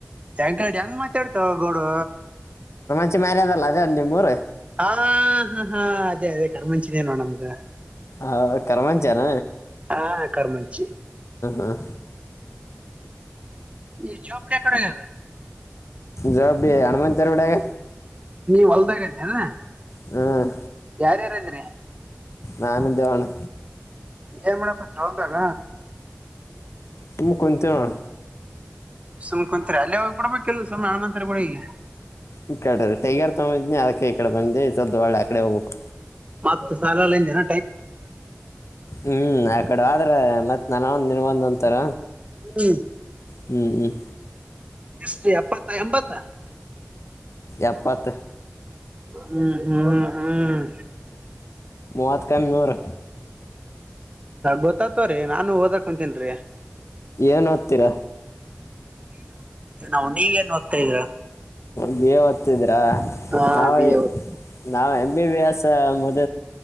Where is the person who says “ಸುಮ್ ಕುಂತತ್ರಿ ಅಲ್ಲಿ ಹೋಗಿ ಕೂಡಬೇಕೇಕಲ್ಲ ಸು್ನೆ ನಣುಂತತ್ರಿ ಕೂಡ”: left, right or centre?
Right